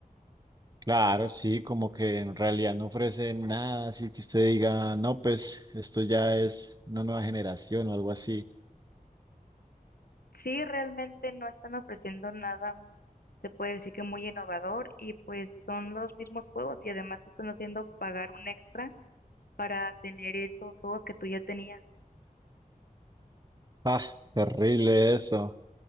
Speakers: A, on the right (about 25°); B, on the left (about 80°).
A: Claro, sí, como que en realidad no ofrece nada, así que usted diga, no, pues esto ya es una nueva generación o algo así.
B: Sí, realmente no están ofreciendo nada, se puede decir que muy innovador y pues son los mismos juegos y además te están haciendo pagar un extra para tener esos juegos que tú ya tenías.
A: Ah, terrible eso.